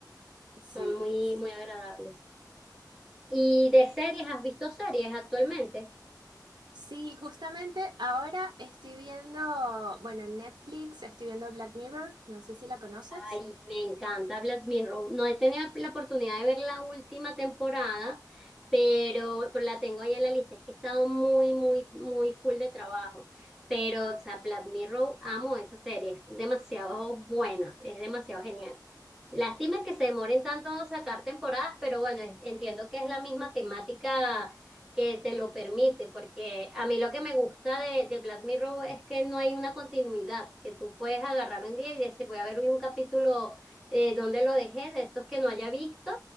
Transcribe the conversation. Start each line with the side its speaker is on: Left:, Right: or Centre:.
Right: Sí,
Centre: Son muy,
Right: sí.
Centre: muy agradables. ¿Y de series? ¿Has visto series actualmente?
Right: Sí, justamente ahora estoy viendo, bueno, en Netflix estoy viendo Black Mirror, no sé si la conoces.
Centre: Ay, me encanta Black Mirror. No he tenido la oportunidad de ver la última temporada, pero, pero la tengo ahí en la lista. Es que he estado muy, muy, muy full de trabajo. Pero, o sea, Black Mirror, amo esa serie. Es demasiado buena, es demasiado genial. Lástima que se demoren tanto en sacar temporadas, pero bueno, es- entiendo que es la misma temática que te lo permite, porque a mí lo que me gusta de, de Black Mirror es que no hay una continuidad, que tú puedes agarrar un día y decir, voy a ver hoy un capítulo eh, donde lo dejé, de estos que no haya visto,